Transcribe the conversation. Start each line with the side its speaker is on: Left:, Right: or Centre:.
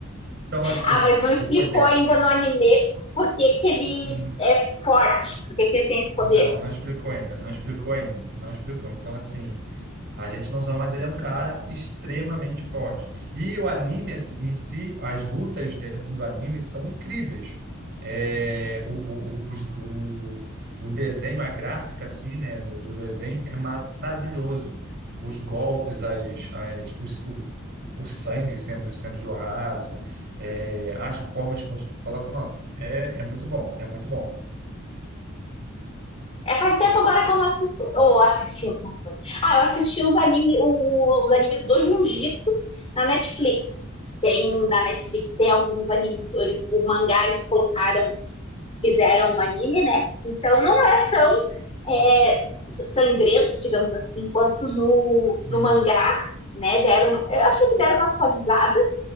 Right: Então, assim,
Left: Ah, mas não explicou
Right: ou foi 10.
Left: ainda no anime por que, que ele
Right: Hum,
Left: é forte, por que, que ele tem esse poder.
Right: Não, não explicou ainda, não explicou ainda, não explicou. Então, assim, a gente não sabe, mas ele é um cara extremamente forte. E o anime assim, em si, as lutas dentro do anime são incríveis. É, o, o, o, os- o, o desenho, a gráfica, assim, né, do, do desenho é maravilhoso. Os golpes, as, as, os, o, o sangue sendo, sendo jorrado, é, as formas como eles colocam, nossa, é, é muito bom, é muito bom.
Left: É, faz tempo agora que eu não assisto. Ou assisti alguma coisa. Ah, eu assisti os, anime, os animes do Jujutsu na Netflix. Tem na Netflix, tem alguns animes, eles, o mangá eles colocaram, fizeram um anime, né? Então não é tão é, sangrento, digamos assim, quanto no,
Right: Hum.
Left: no mangá, né? Deram, eu acho que deram uma suavizada,